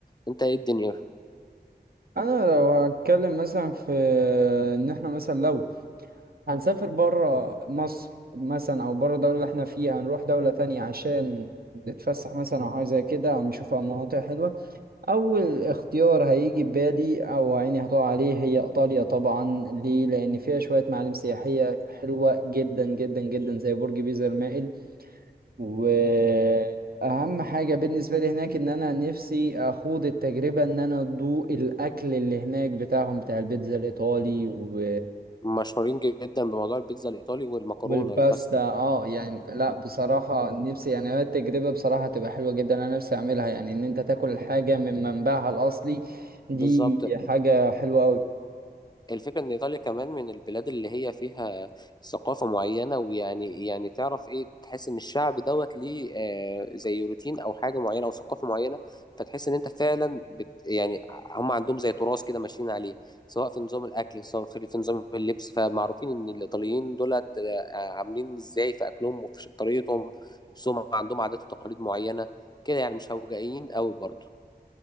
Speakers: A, on the left; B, on the right.
A: أنت إيه الدنيا
B: انا لو هتكلم مثلا في ان احنا مثلا لو هنسافر برا مصر مثلا او برا الدولة اللي احنا فيها هنروح دولة تانية عشان نتفسح مثلا او حاجة زي كده او نشوف مناطق حلوة اول اختيار هيجي ببالي او عيني هتقع عليه هي ايطاليا طبعا ليه لان فيها شوية معالم سياحية حلوة جدا جدا جدا زي برج بيزا المائل واهم حاجه بالنسبه لي هناك ان انا نفسي اخوض التجربه ان انا ادوق الاكل اللي هناك بتاعهم بتاع البيتزا الايطالي و...
A: مشهورين جدا بموضوع البيتزا الإيطالي والمكرونة
B: والباستا
A: والباستا
B: اه يعني لا
A: آه،
B: بصراحه نفسي يعني هي التجربه بصراحه تبقى حلوه جدا انا نفسي اعملها يعني ان انت تاكل الحاجه من منبعها الاصلي دي
A: بالظبط
B: حاجه حلوه قوي
A: الفكرة إن إيطاليا كمان من البلاد اللي هي فيها ثقافة معينة ويعني يعني تعرف إيه تحس إن الشعب دوت ليه آه زي روتين أو حاجة معينة أو ثقافة معينة فتحس إن أنت فعلا بت يعني هم عندهم زي تراث كده ماشيين عليه سواء في نظام الأكل سواء في في نظام اللبس فمعروفين إن الإيطاليين دولت آه عاملين إزاي في أكلهم وفي طريقتهم لبسهم عندهم عادات وتقاليد معينة كده يعني مش هوجائيين قوي برضه